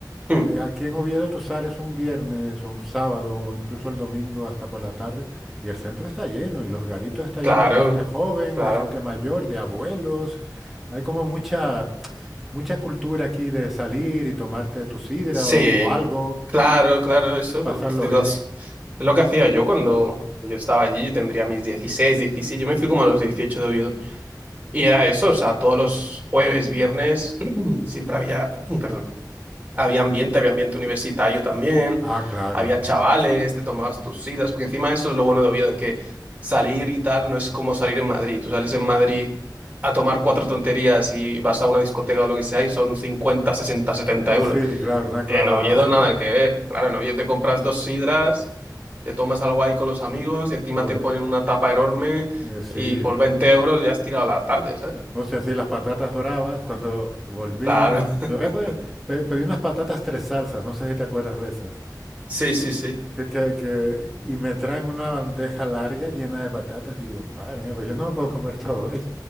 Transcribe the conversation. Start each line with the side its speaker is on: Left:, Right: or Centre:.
Right: Mm,
Centre: eh, aquí en Oviedo tú sales un viernes o un sábado o incluso el domingo hasta por la tarde y el centro está lleno y los garitos está
Right: Claro,
Centre: lleno de gente joven,
Right: claro.
Centre: de gente mayor, de abuelos. Hay como mucha, mucha cultura aquí de salir y tomarte tu sidra
Right: Sí,
Centre: o o algo
Right: claro, claro, eso.
Centre: y pasarlo
Right: lo- de
Centre: bien.
Right: verdad, sí. Es lo que hacía yo cuando yo estaba allí, yo tendría mis 16, 17. yo me fui como a los 18 de Oviedo. Y era eso, o sea, todos los jueves, viernes, <clears throat> siempre había, <clears throat> perdón, Había ambiente, había ambiente universitario también,
Centre: Ah, claro.
Right: había chavales, te tomabas tus citas, porque encima eso es lo bueno de Oviedo, que salir y tal no es como salir en Madrid. Tú sales en Madrid a tomar cuatro tonterías y vas a una discoteca o lo que sea y son 50 60
Centre: Eh,
Right: 70 euros.
Centre: Sí, claro, una clavada.
Right: En Oviedo nada que ver. Claro, en Oviedo te compras dos sidras, te tomas
Centre: <laughs>
Right: algo ahí con los amigos y encima
Centre: Joder,
Right: te ponen una tapa enorme
Centre: eh, sí.
Right: y por 20 euros ya has tirado la tarde, ¿sabes?
Centre: O sea, sí, las patatas bravas, cuando volví,
Right: Claro, <laughs>
Centre: yo eh, pe- pe- pedí unas patatas tres salsas, no sé si te acuerdas de esas.
Right: sí, sí, sí.
Centre: Sí, que, que, y me traen una bandeja larga llena de patatas, digo, madre mía, pero yo no me puedo comer todo eso.